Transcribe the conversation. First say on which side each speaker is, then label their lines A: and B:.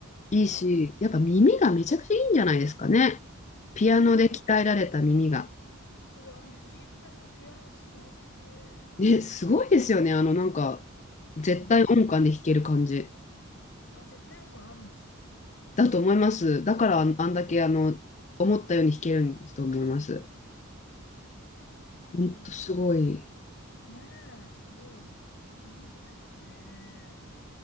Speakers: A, on the left (about 35°); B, on the left (about 60°).
A: いいし、
B: あ
A: やっぱ耳がめちゃくちゃいいんじゃないですかね。ピアノで鍛えられた耳が。
B: あそうあの藤井風のピアノも私ちょっと大好きで
A: ね、すごいですよね。あの、なんか、絶対音感で弾ける感じ
B: うんあ絶対音感あるんですかねあの人
A: だと思います。だから、
B: うん。
A: あんあんだけ、あの、思ったように弾けるんだと思います。
B: そ
A: ほんとすごい。
B: う。ねえ、すごいいいですよね。